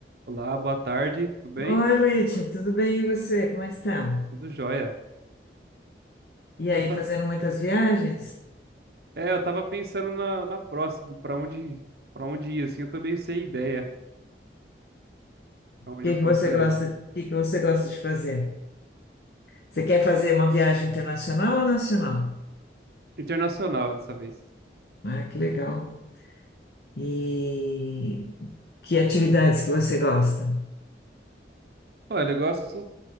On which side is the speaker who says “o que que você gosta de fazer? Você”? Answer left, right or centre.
Left